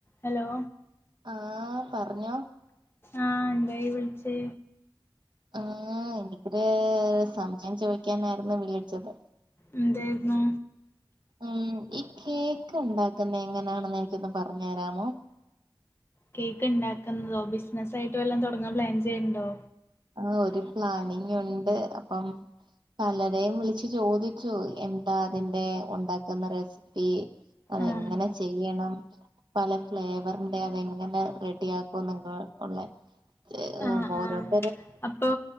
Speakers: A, on the left; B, on the right.
A: Hello
B: ആഹ് പറഞ്ഞോ
A: ആഹ് എന്താ ഇയ്യ് വിളിച്ചേ
B: ആഹ് എനിക്കൊര് സംശയം ചോയ്ക്കാനായിരുന്നു വിളിച്ചത്
A: എന്തേര്ന്നു
B: ഉം ഈ കേക്ക് ഉണ്ടാക്കുന്ന എങ്ങനാണെന്ന് എനിക്കൊന്ന് പറഞ്ഞ്തരാമോ
A: കേക്ക് ഇണ്ടാക്ക്ന്നതോ ബിസിനസ്സ് ആയിട്ട് വല്ലാം തൊടങ്ങാൻ പ്ലാൻ ചെയ്യ്‌ണ്ടോ
B: ആ ഒരു പ്ലാനിങ് ഉണ്ട് അപ്പം പലരേയും വിളിച്ച്ചോദിച്ചു എന്താ അതിന്റെ ഉണ്ടാക്കുന്ന റെസിപ്പി അതെങ്ങനെ
A: ആഹ്
B: ചെയ്യണം പല ഫ്ലേവറിന്റെ അതെങ്ങനെ റെഡിയാക്കും ന്നെക്കെയുള്ള <unintelligible>
A: ആഹ് ആഹ് അപ്പൊ